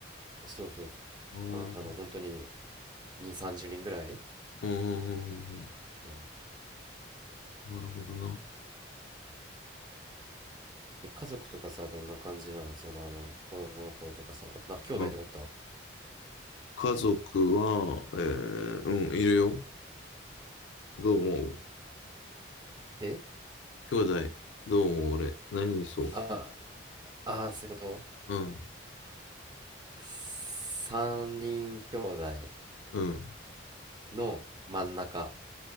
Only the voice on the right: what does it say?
そうそうそう。
あ、
あの、本当に2、30人ぐらい、
うん、
え、家族とかさ、どんな感じなんその、あの、子供の頃とかさ、な、兄弟とかおった
え
ああー、そういうこと
三人兄弟
の真ん中。